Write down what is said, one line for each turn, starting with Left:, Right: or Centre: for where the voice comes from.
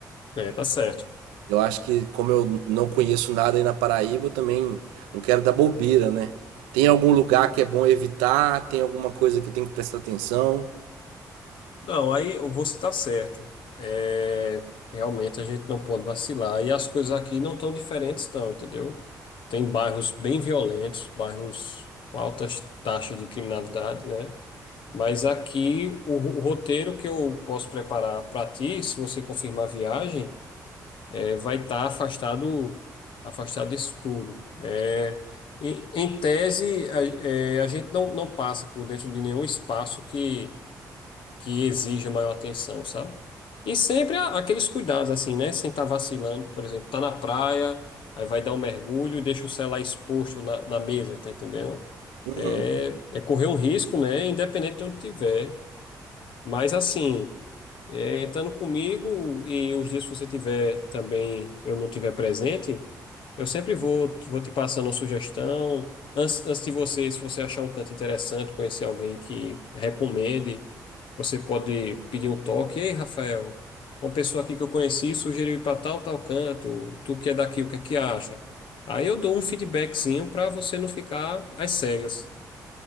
Left: é, tá certo.
Right: Eu acho que, como eu não conheço nada aí na Paraíba, eu também não quero dar bobeira, né? Tem algum lugar que é bom evitar? Tem alguma coisa que eu tenho que prestar atenção?
Left: Não, aí você tá certo. É, realmente a gente não pode vacilar. E as coisas aqui não tão diferentes, não, entendeu? Tem bairros bem violentos, bairros com altas taxas de criminalidade, né? Mas aqui o, o roteiro que eu posso preparar para ti, se você confirmar a viagem, é, vai estar afastado, afastado disso tudo. É, em, em tese, a, é, a gente não, não passa por dentro de nenhum espaço que, que exija maior atenção, sabe? E sempre a- aqueles cuidados, assim, né? Sem estar vacilando, por exemplo, tá na praia, aí vai dar um mergulho e deixa o celular exposto na, na mesa, tá entendendo?
Right: Uhum.
Left: É, é correr um risco, né? Independente de onde tiver. Mas assim, é, estando comigo e os dias que você tiver também, eu não tiver presente, eu sempre vou, vou te passando uma sugestão. Antes, antes de você, se você achar um canto interessante, conhecer alguém que recomende, você pode pedir um toque. Ei, Rafael, uma pessoa aqui que eu conheci sugeriu ir para tal, tal canto. Tu que é daqui, o que é que acha? Aí eu dou um feedbackzinho para você não ficar às cegas.